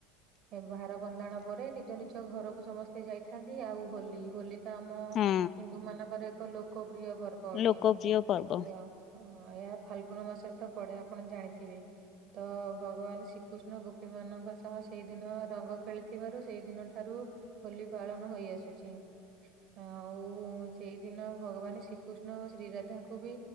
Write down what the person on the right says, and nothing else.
ଏ ଭାର ବନ୍ଦାଣ ପରେ ନିଜ ନିଜ ଘରକୁ ସମସ୍ତେ ଯାଇଥାନ୍ତି। ଆଉ ହୋଲି ହୋଲି ତ ଆମ
ହିନ୍ଦୁ ମାନ ତାଙ୍କର ଏକ ଲୋକପ୍ରିୟ ପର୍ବ ଅଟେ।
ପ୍ରିୟ ହଁ ଏହା ଫାଲଗୁନ ମାସରେ ତ ପଡେ। ଆପଣ ଜାଣିଥିବେ ତ ଭଗବାନ ଶି କୃଷ୍ଣ ଗୋପୀ ମାନଙ୍କ ସହ ସେଇ ଦିନ ରଙ୍ଗ ଖେଳିଥିବାରୁ ସେଇ ଦିନ ଠାରୁ ହୋଲି ପାଳନ ହୋଇ ଆସୁଛି। ଆଉ ସେଇଦିନ ଭଗବାନ ଶ୍ରୀକୃଷ୍ଣ ଓ ଶ୍ରୀ ରାଧାଙ୍କୁ ବି